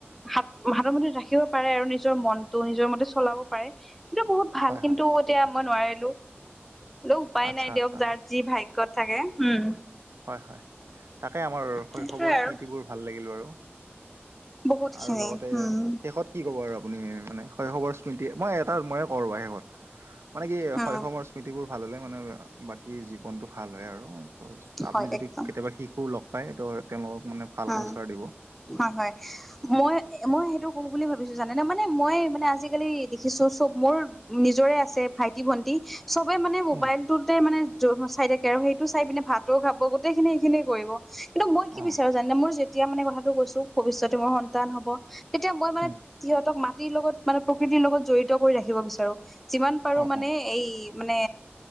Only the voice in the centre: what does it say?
হাত হাতৰ মতে ৰাখিব পাৰে আৰু নিজৰ মনটো নিজৰ মতে চলাব পাৰে কিন্তু বহুত ভাল
কিন্তু
এতিয়া মই নোৱাৰিলো বোলে উপায়
নাই দিয়ক
যাৰ যি ভাগ্যত থাকে উম।
সেইটোৱে
আৰু
বহুত খিনি
উম
উম
হয়
একদম
উম
হয়, হয়। মই মই সেইটো কো বুলি ভাবিছোঁ জানে ন মানে মই মানে আজিকালি দেখিছো চব মোৰ নিজৰে আছে ভাইটি ভণ্টি চবে মানে মোবাইলটোতে
মানে চাই থাকে আৰু সেইটো চাই পিনে ভাত খাব গোটেই খিনি এইখিনিয়ে কৰিব কিন্তু মই কি
বিচাৰোঁ জানে মোৰ যেতিয়া মানে কথাটো কৈছোঁ ভৱিষ্যতে মোৰ সন্তান হ'ব তেতিয়া মই মানে
সিহঁতক মাটিৰ লগত মানে প্ৰকৃতিৰ লগত জড়িত কৰি ৰাখিব বিচাৰোঁ। যিমান পাৰো
মানে
এই মানে